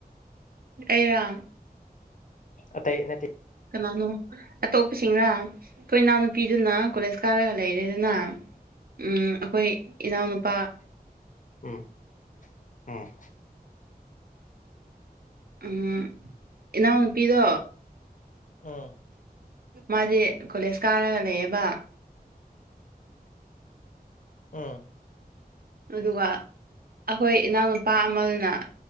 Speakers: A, on the right (about 70°); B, on the left (about 55°).
A: ꯑꯩꯩꯔꯣ
B: ꯑꯇꯩ ꯅꯠꯇꯦ
A: ꯀꯅꯥꯅꯣ ꯑꯇꯣꯞꯄꯁꯤꯡꯔ ꯑꯩꯈꯣꯏ ꯏꯅꯥꯎꯅꯨꯄꯤꯗꯨꯅ ꯀꯣꯂꯦꯖ ꯀꯥꯔꯒ ꯂꯩꯔꯦꯗꯅ ꯎꯝ ꯑꯩꯈꯣꯏ ꯏꯅꯥꯎꯅꯨꯄꯥ
B: ꯎꯝ ꯎꯝ
A: ꯎꯝ ꯏꯅꯥꯎꯅꯨꯄꯤꯗꯣ
B: ꯑꯥ
A: ꯃꯥꯗꯤ ꯀꯣꯂꯦꯖ ꯀꯥꯔꯒ ꯂꯩꯌꯦꯕ
B: ꯎꯝ
A: ꯑꯗꯨꯒ ꯑꯩꯈꯣꯏ ꯏꯅꯥꯎꯅꯨꯄꯥ ꯑꯃꯅ